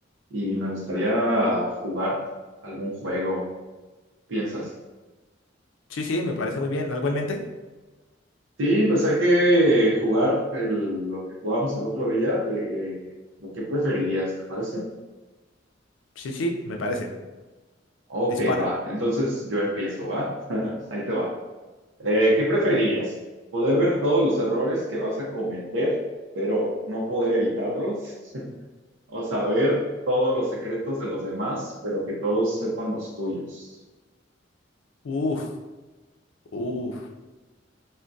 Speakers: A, on the right; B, on the left.
A: y me gustaría jugar algún juego, ¿piensas?
B: Sí, sí, me parece muy bien. ¿Algo en mente?
A: Sí, pues hay que jugar el- lo que jugamos el otro día de lo que preferirías, ¿te parece?
B: Sí, sí, me parece.
A: Ok,
B: Dispara.
A: va. Entonces yo empiezo, ¿va? Ahí te va. Eh, ¿qué preferirías? ¿Poder ver todos los errores que vas a cometer, pero no poder evitarlos? <laughs> ¿O saber todos los secretos de los demás, pero que todos sepan los tuyos?
B: Uf, uf.